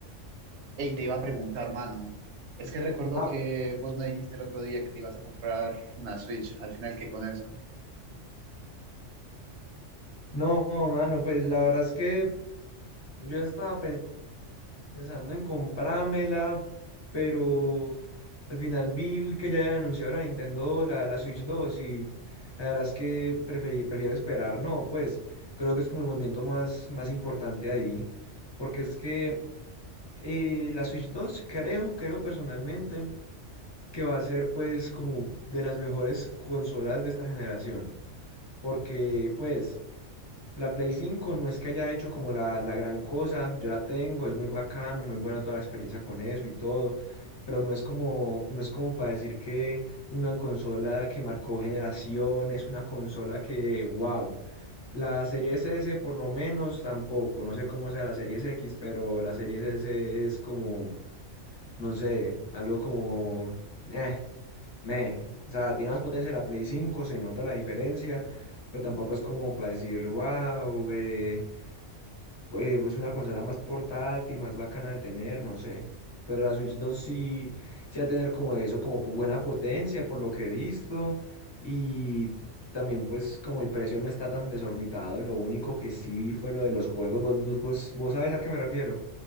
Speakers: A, on the right (about 70°); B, on the left (about 25°).
A: Hey, te iba a preguntar, mano. Es que recuerdo
B: Ah,
A: que vos me dijiste el otro día que te ibas a comprar una Switch. Al final, ¿qué con eso?
B: no, mano, pues la verdad es que yo estaba pensando en comprármela, pero al final vi que ya habían anunciado la Nintendo, la, la Switch 2, y la verdad es que preferí- prefiero esperar. No, pues creo que es como el movimiento más, más importante ahí, porque es que eh, la Switch 2 creo, creo personalmente que va a ser pues como de las mejores consolas de esta generación, porque pues... La Play 5 no es que haya hecho como la, la gran cosa, yo la tengo, es muy bacano, muy buena toda la experiencia con eso y todo, pero no es como, no es como para decir que una consola que marcó generaciones, una consola que, wow. La Series S por lo menos tampoco, no sé cómo sea la Series X, pero la Series S es como no sé, algo como... Eh, me. O sea, tiene más potencia la Play cinco se nota la diferencia, pero tampoco es como para decir, wow, eh, eh, pues es una consola más portátil, más bacana de tener, no sé. Pero la Switch 2 sí, sí va a tener como de eso, como pu- buena potencia, por lo que he visto. Y también pues como el precio no está tan desorbitado, lo único que sí vi fue lo de los juegos. ¿Vos, vos, vos vos sabes a qué me refiero?